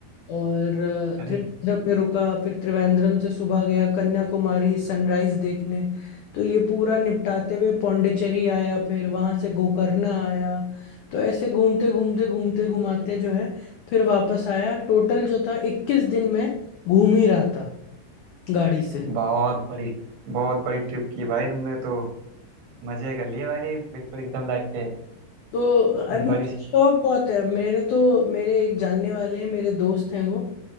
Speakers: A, on the left; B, on the right.
A: और अ,
B: अरे
A: त्रिवेंद्रम में रुका फिर त्रिवेंद्रम से सुबह गया कन्याकुमारी सनराइज देखने तो ये पूरा निपटाते हुए पौंडीचेरी आया फिर वहां से गोकर्ण आया तो ऐसे घूमते घूमते घूमते घुमाते जो है फिर वापस आया टोटल जो था इक्कीस दिन में घूम ही रहा था गाड़ी से
B: बहुत बड़ी बहुत बड़ी ट्रिप की भाई तुमने तो मज़े कर लिए भाई बिल्कुल एकदम लाइफ के
A: तो अरे
B: बड़ी
A: मुझे शौक बहुत है मेरे तो मेरे एक जानने वाले हैं मेरे दोस्त हैं वो